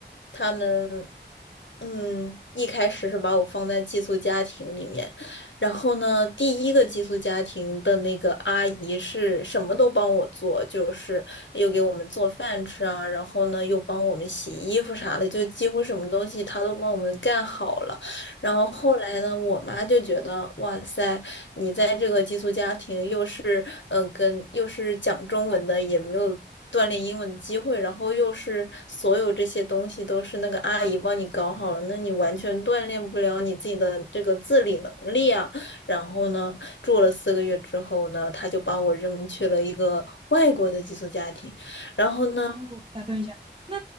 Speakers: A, on the left; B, on the right.
A: 他们。嗯，一开始是把我放在寄宿家庭里面，然后呢，第一个寄宿家庭的那个阿姨是什么都帮我做，就是又给我们做饭吃啊，然后呢又帮我们洗衣服啥的，就几乎什么东西她都帮我们干好了。然后后来呢，我妈就觉得，哇塞，你在这个寄宿家庭又是嗯、呃跟又是讲中文的，也没有锻炼英文的机会，然后又是所有这些东西都是那个阿姨帮你搞好了，那你完全锻炼不了你自己的这个自理能力啊。然后呢，住了四个月之后呢，她就把我扔去了一个外国的寄宿家庭，然后呢，
B: 我打断一下，那